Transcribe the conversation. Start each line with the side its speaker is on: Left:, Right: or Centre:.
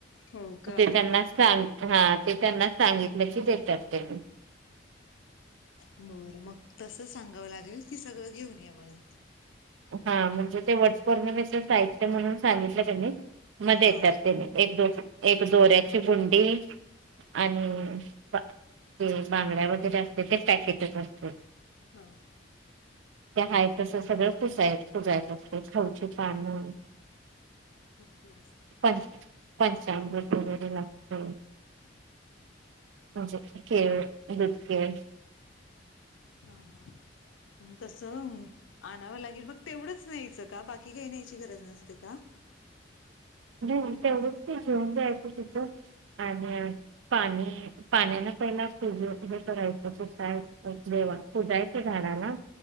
Left: हो. का
Right: ते त्यांना सांग, हा ते त्यांना सांगितले की देतात ते.
Left: बरं मग तसं सांगावं लागेल, की सगळं घेऊन या म्हणून.
Right: हा म्हणजे ते वट पौर्णिमेच साहित्य म्हणून सांगितलं कनी मग देतात
Left: हा
Right: त्याने, एक दोऱ्याची एक दोऱ्याची गुंडी आणि ते बांगड्या वगैरे असतं, ते पॅकेटच असत.
Left: हा.
Right: त्या हय तसं सगळं. तसा तो पुजायच खाऊचे पानं
Left: ओके
Right: पं पंचामृत वगैरे लागत. म्हणजे केळ दुध केळ.
Left: हां हां तसं आणावं लागेल मग तेवढंच न्यायचं का? बाकी काही न्यायची गरज नसते का?
Right: <inaudible> ह तेवढच ते घेऊन जायचं तिथं आणि पाणी पाण्यानं पहि पूज हे करायचं, पुसायच देवा पूजायचं झाडाला.